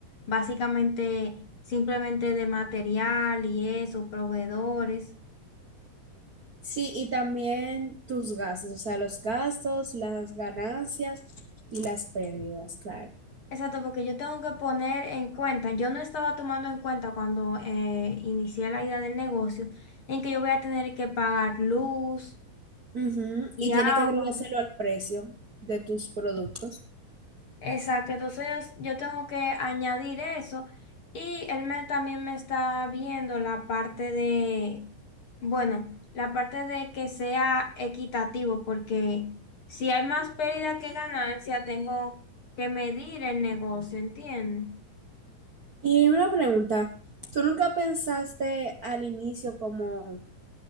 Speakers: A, on the left (about 55°); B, on the right (about 85°).
A: básicamente simplemente de material y eso, proveedores.
B: Sí, y también tus gastos, o sea, los gastos, las ganancias y las pérdidas, claro.
A: Exacto, porque yo tengo que poner en cuenta, yo no estaba tomando en cuenta cuando eh, inicié la idea del negocio, en que yo voy a tener que pagar luz
B: Ujú,
A: y
B: Y
A: agua.
B: tiene que agregárselo al precio de tus productos.
A: Exacto, entonces yo yo tengo que añadir eso y él me, también me está viendo la parte de, bueno, la parte de que sea equitativo, porque si hay más pérdida que ganancia, tengo que medir el negocio, ¿entiendes?
B: Y una pregunta, ¿tú nunca pensaste al inicio como